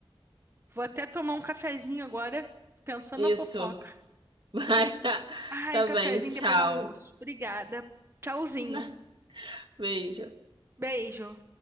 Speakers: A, on the right; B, on the right.
A: Vou até tomar um cafezinho agora, pensando
B: Isso.
A: na fofoca.
B: <laughs> Vai.
A: Ai,
B: Tá
A: um cafezinho
B: bem, tchau.
A: depois do almoço. Obrigada. Tchauzinho.
B: <laughs> Beijo.
A: Beijo.